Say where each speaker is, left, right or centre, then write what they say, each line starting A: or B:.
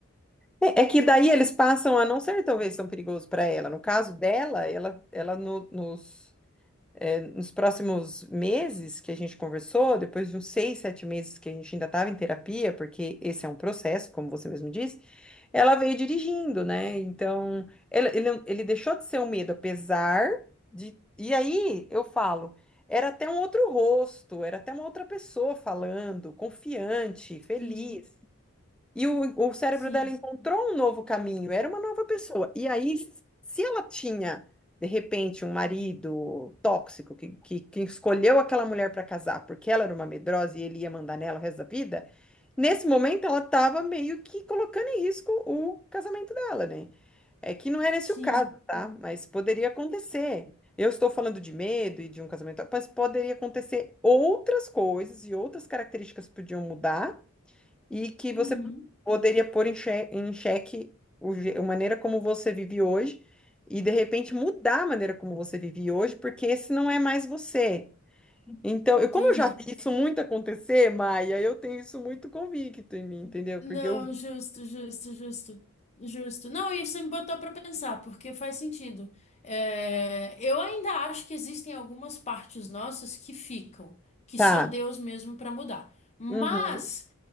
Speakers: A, in the centre; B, on the left.
A: É, é que daí eles passam a não ser talvez tão perigoso para ela. No caso dela, ela, ela no- nos, é, nos próximos meses que a gente conversou, depois de uns seis, sete meses que a gente ainda estava em terapia, porque esse é um processo, como você mesmo disse, ela veio dirigindo, né? Então, ela- ele, ele deixou de ser um medo, apesar de. E aí eu falo, era até um outro rosto, era até uma outra pessoa falando, confiante, feliz.
B: Sim,
A: E o, o cérebro
B: sim,
A: dela encontrou um novo caminho, era uma nova pessoa. E aí, se ela tinha, de repente, um marido tóxico que, que, que escolheu aquela mulher para casar porque ela era uma medrosa e ele ia mandar nela o resto da vida, nesse momento ela estava meio que colocando em risco o casamento dela, né? É que não era esse
B: sim.
A: o caso, tá? Mas poderia acontecer. Eu estou falando de medo e de um casamento, mas poderia acontecer outras coisas e outras características podiam mudar e que
B: Uhum.
A: você poderia pôr em xé- em xeque o je- a maneira como você vive hoje e de repente mudar a maneira como você vive hoje, porque esse não é mais você. Então, eu,
B: Entendi.
A: como eu já vi isso muito acontecer, Maia, eu tenho isso muito convicto em mim, entendeu?
B: Não,
A: Porque eu
B: justo, justo, justo. Justo. Não, isso me botou pra pensar, porque faz sentido. É, eu ainda acho que existem algumas partes nossas que ficam, que
A: Tá.
B: só Deus mesmo pra mudar. Mas
A: Uhum.